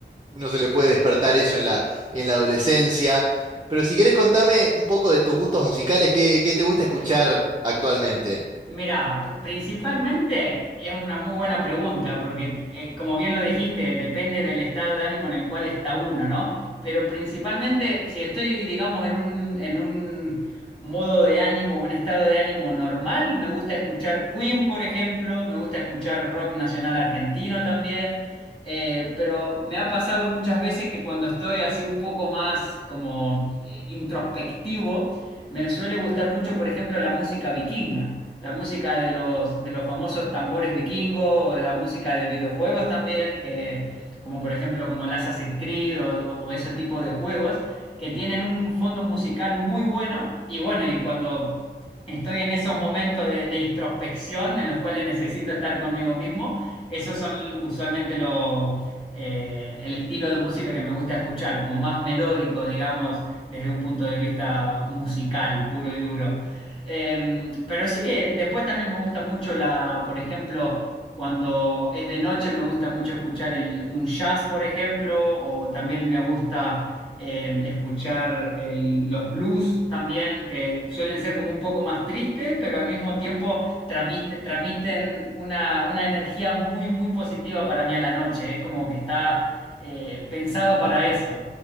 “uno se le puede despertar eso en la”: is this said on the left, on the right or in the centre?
Right